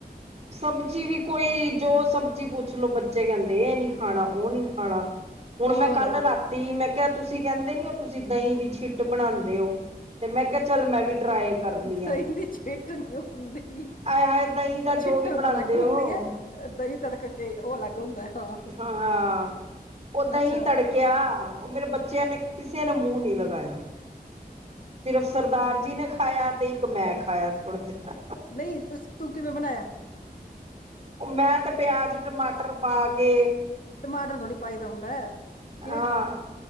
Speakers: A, on the right; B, on the left.
A: ਸਬਜ਼ੀ ਵੀ ਕੋਈ ਜੋ ਸਬਜ਼ੀ ਪੁੱਛ ਲੋੋ ਬੱਚੇ ਕਹਿੰਦੇ ਇਹ ਨਹੀਂ ਖਾਣਾ ਉਹ ਨੀ ਖਾਣਾ। ਹੁਣ
B: ਹੋਰ
A: ਮੈਂ ਕੱਲ ਰਾਤੀ ਮੈਂ ਕਿਹਾ ਤੁਸੀਂ ਕਹਿੰਦੇ ਨੀ ਹੋ ਤੁਸੀਂ ਦਹੀਂ ਦੀ ਛਿੱਟ ਬਣਾਉਂਦੇ ਹੋ। ਤੇ ਮੈਂ ਕਿਹਾ- ਚੱਲ, ਮੈਂ ਵੀ ਟਰਾਈ ਕਰਨੀ
B: ਦਹੀਂ
A: ਆ।
B: <unintelligible> <inaudible> ਹੁੰਦੀ
A: ਆਏ ਹਾਏ ਦਹੀਂ ਦਾ ਜੋ
B: ਛਿੱਟ
A: ਵੀ ਬਣਾਉਂਦੇ
B: ਅਲੱਗ ਹੁੰਦੀ
A: ਹੋ
B: ਹੈ ਦਹੀਂ ਤੜਕ ਕੇ ਉਹ ਅਲੱਗ ਹੁੰਦਾ ਹੈ। ਹਾਂ
A: ਹਾਂ, ਹਾਂ ਓ ਦਈਂ
B: ਅੱਛਾ
A: ਤੜਕਿਆ। ਉਹ ਮੇਰੇ ਬੱਚਿਆਂ
B: ਹਾਂ
A: ਨੇ ਕਿਸੇ ਨੇ ਮੂੰਹ ਨੀ ਲਗਾਇਆ। ਸਿਰਫ਼ ਸਰਦਾਰ ਜੀ ਨੇ ਖਾਇਆ ਤੇ ਇੱਕ ਮੈਂ ਖਾਇਆ ਥੋੜਾ ਜਿਹਾ
B: ਨਹੀਂ ਤੁਸ ਤੂੰ ਕਿਵੇਂ ਬਣਾਇਆ।
A: ਮੈਂ ਤੇ ਪਿਆਜ, ਟਮਾਟਰ ਪਾ ਕੇ
B: ਟਮਾਟਰ ਥੋੜ੍ਹੀ ਪਾਈ ਦਾ ਹੁੰਦਾ। ਕਿਹਨੇ
A: ਹਾਂ
B: ਖਾਣਾ ਸੀ।